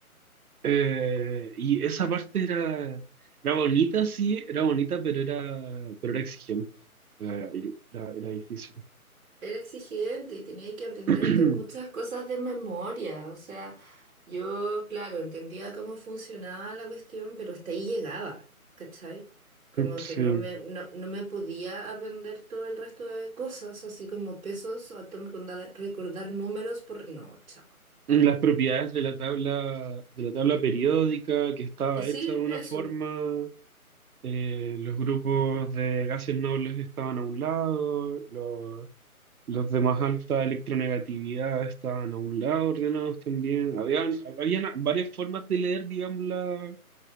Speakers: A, on the right; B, in the centre.
A: Eh, y esa parte era, era bonita, sí, era bonita, pero era, pero era exigente. Era, era- era difícil.
B: Era exigente y tenía que aprenderte
A: <clears throat>
B: muchas cosas de memoria, o sea... Yo, claro, entendía cómo funcionaba la cuestión, pero hasta ahí llegaba, ¿cachai? Como
A: Sí.
B: que no me, no, no me podía aprender todo el resto de cosas, así como pesos o atom- conda- recordar números por... No, chao.
A: Las propiedades de la tabla, de la tabla periódica que estaba
B: Eh, Sí,
A: hecha de una
B: eso,
A: forma Eh, los grupos de gases nobles estaban a un lado, los, los de más alta electronegatividad estaban a un lado, ordenados también. Habían, habían varias formas de leer, digamos, la,